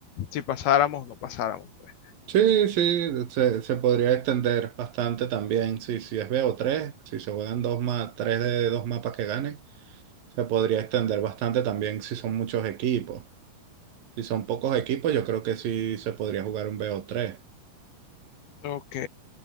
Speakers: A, on the left (about 85°); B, on the right (about 70°).
A: si pasáramos o no pasáramos, pues.
B: Sí, sí, se, se podría extender bastante también. Si, si es bo tres si se juegan dos más, tres de dos mapas que ganen, se podría extender bastante también si son muchos equipos. Si son pocos equipos, yo creo que sí se podría jugar un bo tres
A: Ok,